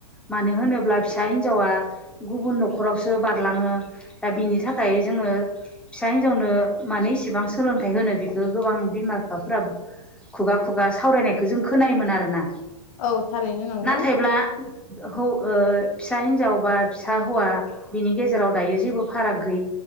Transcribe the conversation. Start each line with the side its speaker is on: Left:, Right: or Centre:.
Centre: मानो होनोब्ला फिसा हिनजावा गुबुन नख खरावसो बारलाङो दा बिनि थाखाय जोङो फिसा हिनजावनो माने इसेबां सोलोंथाइ होनो बेखौ गोबां बिमा बिफाफोरा खुगा खुगा सावरायनायखौ जों खोनायोमोन आरोना।
Left: औ थारैनो नंगौ
Centre: नाथायब्ला हौ ओ फिसा हिनजाव बा फिसा हौवा बिनि गेजेराव दायो जेबो फाराग गैयै